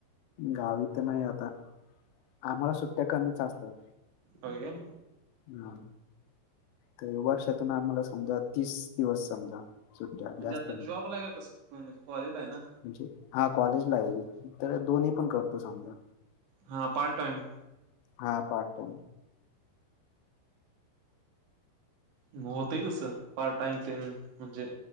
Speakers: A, on the left; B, on the right.
A: गावीथ नाही आता आम्हाला सुट्ट्या कमीच असतात
B: होय काय.
A: हा ते वर्षातून आम्हाला समजा तीस दिवस समजा सुट्ट्या
B: म्हणजे
A: जास्त
B: आता
A: नाही.
B: जॉबला आहे का कस म्हज कॉलेजला आहे ना
A: म्हणजे हा कॉलेज ला येईल तर दोन्ही पण करतो समजा
B: हा पार्ट टाइम
A: हा हा हा.
B: ग होतं तस पार्ट टाइम ते म्हणजे